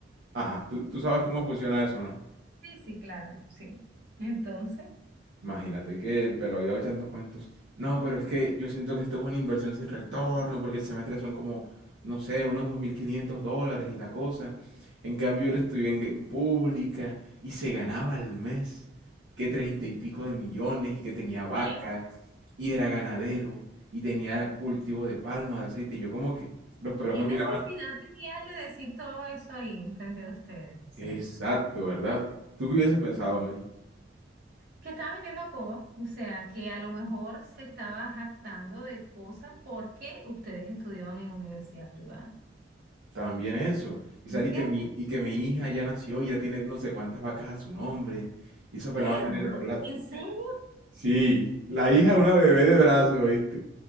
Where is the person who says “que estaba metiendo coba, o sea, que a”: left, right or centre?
Right